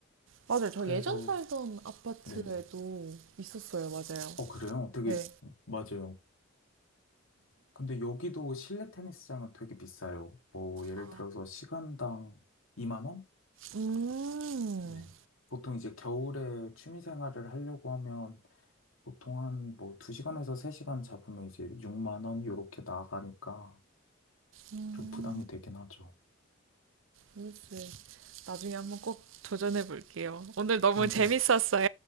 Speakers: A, on the right; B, on the left.
A: 맞아요. 저
B: 그래서,
A: 예전 살던 아파트에도
B: 네.
A: 있었어요. 맞아요.
B: 어, 그래요? 되게,
A: 네.
B: 맞아요. 근데 여기도 실내 테니스장은 되게 비싸요. 뭐, 예를
A: 아,
B: 들어서 시간당 2만 원?
A: 음,
B: 네. 보통 이제 겨울에 취미 생활을 하려고 하면 보통 한 뭐 2시간에서 3시간 잡으면 이제 6만 원 요렇게 나가니까
A: 음,
B: 좀 부담이 되긴 하죠.
A: 테니스. 나중에 한번 꼭 도전해볼게요. 오늘 너무
B: 근데
A: 재밌었어요.